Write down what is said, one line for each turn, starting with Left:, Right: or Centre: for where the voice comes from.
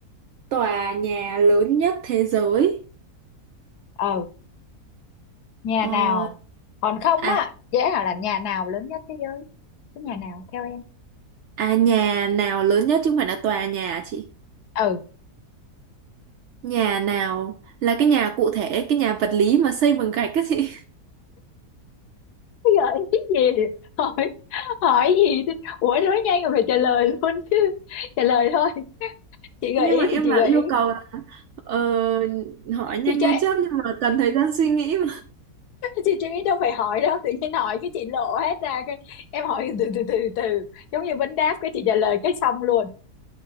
Right: tòa nhà lớn nhất thế giới.
Left: ờ. nhà
Right: Ờ,
Left: nào còn không
Right: à,
Left: á dễ là làm nhà nào lớn nhất thế giới cái nhà nào theo em
Right: à nhà nào lớn nhất chứ không phải là tòa nhà à chị?
Left: ừ
Right: Nhà nào là cái nhà cụ thể, cái nhà vật lý mà xây bằng gạch các chị. <laughs>
Left: bây giờ em cái gì hỏi hỏi gì thế? ủa nói nhanh rồi phải trả lời luôn chứ trả lời thôi chị gợi
Right: Nhưng
Left: ý
Right: mà em
Left: thì chị
Right: bảo
Left: gợi
Right: yêu
Left: ý
Right: cầu là ờ, hỏi nhanh
Left: thì
Right: như
Left: cho em-
Right: chớp nhưng mà cần thời gian suy nghĩ mà.
Left: chị chị đâu phải hỏi đâu tự nhiên hỏi cái chị lộ hết ra cái em hỏi từ từ từ từ giống như vấn đáp cái chị trả lời cái xong luôn